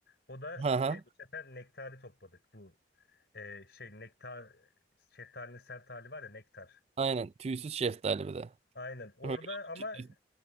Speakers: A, on the left; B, on the right.
A: O da
B: Aha.
A: işte bu sefer nektarı topladık. Bu e, şey nektar şeftalinin sert hali var ya nektar.
B: Aynen. Tüysüz şeftali bir de.
A: Aynen orada
B: Öyle
A: ama
B: olmuş.